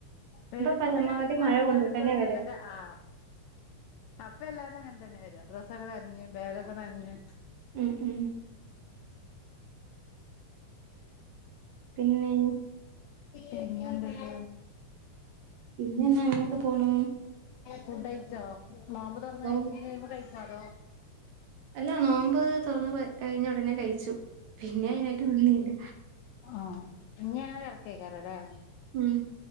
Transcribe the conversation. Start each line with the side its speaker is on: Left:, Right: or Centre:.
Left: വരുമ്പോ
Right: പരമാവധി
Left: പിന്നെ നമുക്ക് നനഞ്ഞാലും
Right: മഴ കൊണ്ടിട്ടന്നെ
Left: പ്രശ്നല്ല
Right: വരാ
Left: ഇള്ളത് ആ അപ്പൊ എല്ലാരും അങ്ങനെ തന്നെ വര ഡ്രസ്സൊക്കെ നഞ്ഞ് ബാഗൊക്കെ നഞ്ഞ്
Right: ഉം ഉം പിന്നെ
Left: പിന്നെന്തൊക്കെ
Right: പിന്നെന്നാ അങ്ങനൊക്കെ പോണു
Left: ഫുഡ് കഴിച്ചോ നോമ്പ് തുറന്ന്
Right: ഓ
Left: കഴിഞ്ഞാൽ ഇനിയൊന്നും കഴിക്കില്ലേ ചടോ
Right: അല്ല നോമ്പ് തുറന്ന് കഴിഞ്ഞഞ് ഉടനെ കഴിച്ചു പിന്നെ അതിനായിട്ട് നന്നിയില്ല
Left: ആഹ ഇഞങ്ങനെ കിടക്കേക്കാരലേ
Right: ഉം